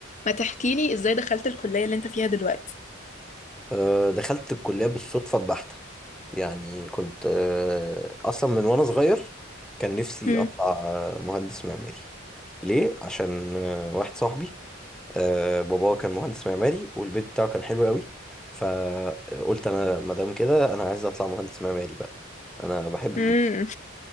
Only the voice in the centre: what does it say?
آه، دخلت الكلية بالصدفة البحتة يعني كنت آه، أصلا من وأنا صغير كان نفسي
أطلع آه، مهندس معماري ليه؟ عشان آه، واحد صاحبي آه، باباه كان مهندس معماري والبيت بتاعه كان حلو قوي فقلت أنا مادام كده أنا عايز أطلع مهندس معماري بقى أنا بحب